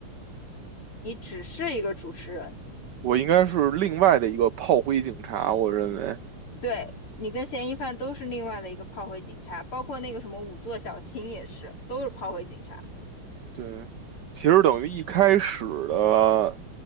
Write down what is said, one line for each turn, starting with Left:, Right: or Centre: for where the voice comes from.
Left: 你只是一个主持人。
Right: 我应该是另外的一个炮灰警察，我认为。
Left: 对，你跟嫌疑犯都是另外的一个炮灰警察，包括那个什么五座小青也是，都是炮灰警察。
Right: 对，其实等于一开始的